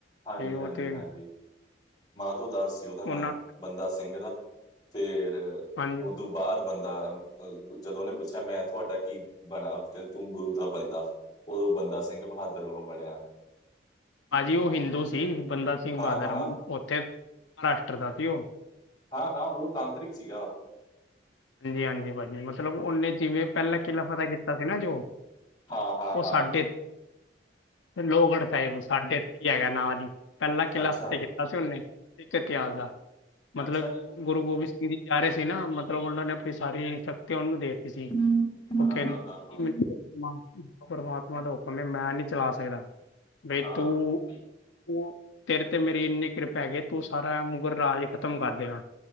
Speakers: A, on the left (about 20°); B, on the left (about 85°).
A: ਹਾਂਜੀ-ਹਾਂਜੀ-ਹਾਂਜੀ।
B: ਤੇ ਉਹ ਤੇ
A: ਮਾਧੋ ਦਾਸ ਸੀ ਉਹਦਾ ਨਾਮ,
B: ਉਹਨਾਂ
A: ਬੰਦਾ ਸਿੰਘ ਦਾ, ਫੇਰ
B: ਹਾਂਜੀ
A: ਉਦੋਂ ਬਾਅਦ ਬੰਦਾ ਅ, ਜਦੋਂ ਉਹਨੇ ਪੁੱਛਿਆ ਮੈਂ ਤੁਹਾਡਾ ਕੀ ਬਣਾ, ਕਹਿੰ ਤੂੰ ਗੁਰੂ ਦਾ ਬੰਦਾ। ਉਦੋਂ ਬੰਦਾ ਸਿੰਘ ਬਹਾਦਰ ਉਹ ਬਣਿਆ।
B: ਭਾਜੀ ਉਹ ਹਿੰਦੂ ਸੀ, ਬੰਦਾ ਸਿੰਘ
A: ਹਾਂ
B: ਬਹਾਦਰ,
A: ਹਾਂ
B: ਉੱਥੇ ਮਹਾਰਾਸ਼ਟਰ ਦਾ ਸੀ ਉਹ।
A: ਹਾਂ-ਹਾਂ ਉਹ ਤਾਂਤਰਿਕ ਸੀਗਾ।
B: ਹਾਂਜੀ-ਹਾਂਜੀ ਭਾਜੀ, ਮਤਲਬ ਉਹਨੇ ਜਿਵੇਂ ਪਹਿਲਾ ਕਿਲ੍ਹਾ ਫਤਤਾਹ ਕੀਤਾ ਸੀ ਨਾ ਜੋ
A: ਹਾਂ ਹਾਂ
B: ਉਹ
A: ਹਾਂ
B: ਸਾਡੇ, ਲੋਗੜ੍ਹ ਸਾਹਿਮ, ਸਾਡੇ ਇਥੇ ਹੈਗਾ ਨਾਲ ਈ, ਪਹਿਲਾਂ ਕਿਲ੍ਹਾ
A: ਅੱਛਾ
B: ਆਪੇ ਕੀਤਾ ਸੀ ਉਹਨੇ, ਸਿੱਖ ਇਤਿਹਾਸ ਦਾ, ਮਤਲਬ
A: ਅੱਛਾ ਜੀ
B: ਗੁਰੂ ਗੋਬਿੰਦ ਸਿੰਘ ਜੀ ਜਾ ਰਏ ਸੀ ਨਾ, ਮਤਲਬ ਉਹਨਾਂ ਨੇ ਆਪਣੀ ਸਾਰੀ ਸ਼ਕਤੀਆਂ ਉਹਨੂੰ ਦੇ ਸੀ
A: ਹਾਂ
B: ਓਕੇਨ
A: ਹਾਂ ਹਾਂ ਹਾਂ
B: <unintelligible> ਮਾਨ ਸਿੰਘ ਪਰਮਾਤਮਾ ਦਾ ਹੁਕਮ ਏ, ਮੈਂ ਨਈ ਚਲਾ ਸਕਦਾ, ਬਈ
A: ਹਾਂ
B: ਤੂੰ ਤੂੰ, ਤੇਰੇ ਤੇ ਮੇਰੀ ਇੰਨੀ ਕਿਰਪਾ ਹੈਗੀ ਏ, ਤੂੰ ਸਾਰਾ ਮੁਗਲ ਰਾਜ ਖ਼ਤਮ ਕਰ ਦੇਗਾ।